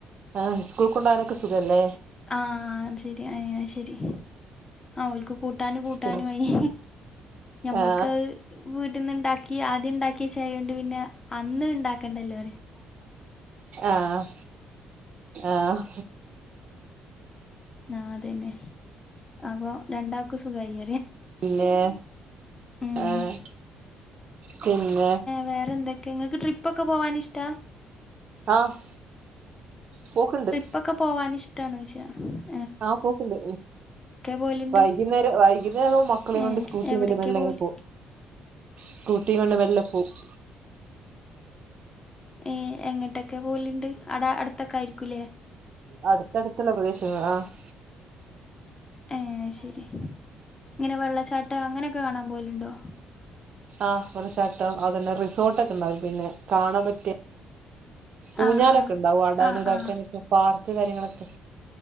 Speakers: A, on the right (about 45°); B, on the left (about 20°).
A: ആഹ് സ്കൂൾ കൊണ്ടോകാനൊക്കെ സുഖമല്ലേ
B: ആഹ ശരി അ ശരി ഓൽക്ക് കൂട്ട കൂട്ടാനും കൂട്ടാനും
A: പിന്നെ
B: ആയി ഞമ്മക്ക്
A: ആ
B: ഉണ്ടാക്കി ആദ്യം ഉണ്ടാക്കിയ ചായ കൊണ്ട് പിന്നെ അന്ന് ഉണ്ടാക്കണ്ടല്ലോ
A: ആഹ് ആഹ്
B: ആഹ് അതന്നെ അപ്പൊ രണ്ടാകും സുഖായി
A: ഏഹ്
B: ഉം
A: ആഹ് പിന്നെ
B: വേറെ എന്തൊക്കെ ഇങ്ങക്ക് ട്രിപ്പ്‌ ഒക്കെ പോവാനിഷ്ട്ട
A: ആഹ് പോക്ക്ണ്ട്
B: ട്രിപ്പൊക്കെ പോവാന് ഇഷ്ട്ടാണോ ചോദിച്ച
A: ആഹ് പോക്കുണ്ട്
B: പോവല്ണ്ട്
A: വൈകുന്നേരം വൈകുന്നേരം മക്കളെയും
B: ഏ
A: കൊണ്ട് <unintelligible>
B: എവിടൊക്കെ പോവല്
A: പോകും. സ്കൂട്ടി കൊണ്ട് മെല്ലെ പോകും
B: ഏഹ് എങ്ങട്ടൊക്കെ പോവലുണ്ട്. അവിടെ അടുത്തൊക്കെ ആയിരിക്കൂല്ലേ
A: അടുത്ത് അടുത്തുള്ള പ്രദേശങ്ങളാ ആഹ്
B: ഏ ശരി, ഇങ്ങനെ വെള്ളച്ചാട്ടം അങ്ങനെയൊക്കെ കാണാൻ പോവാലുണ്ടോ?
A: ആഹ് വെള്ളച്ചാട്ടം അതന്നെ റിസോർട്ട് ഒക്കെ ഉണ്ടാവും പിന്നെ കാണാൻപറ്റിയ ഊഞ്ഞാലൊക്കെ
B: ആ ആ
A: ഉണ്ടാവും ആടാനും
B: ആ ആ
A: ഒക്കെ പാർക്ക് കാര്യങ്ങളൊക്കെ